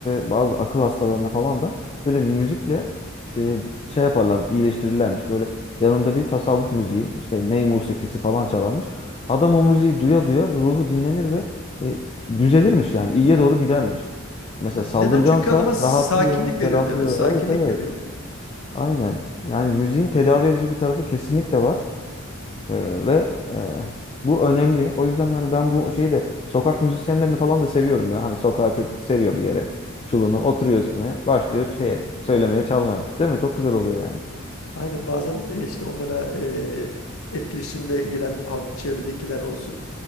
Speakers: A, on the left; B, on the left.
A: e, bazı akıl hastalarını falan da böyle müzikle e, şey yaparlarmış, iyileştirirlermiş. Böyle yanında bir tasavvuf müziği, işte ney musikisi falan çalarmış. Adam o müziği duya duya ruhu dinlenir ve e, düzelirmiş yani iyiye doğru gidermiş. Mesela
B: Ha,
A: saldırgansa
B: Neden? Çünkü adama sakinlik
A: rahatlıyor, ferahlıyor.
B: veriyor değil mi? Sakinlik
A: Evet evet.
B: veriyor.
A: Aynen. Yani müziğin tedavi edici bir tarafı kesinlikle var. Ee, ve e, bu önemli. O yüzden hani ben bu şeyi de sokak müzisyenlerini falan da seviyorum ya. Hani sokağa çocuk seriyor bir yere çulunu oturuyor üstüne başlıyor şeye söylemeye çalmaya. Değil mi? Çok güzel oluyor yani.
B: Aynen bazen e, işte onlara e, etkileşimde giren halk çevredekiler olsun.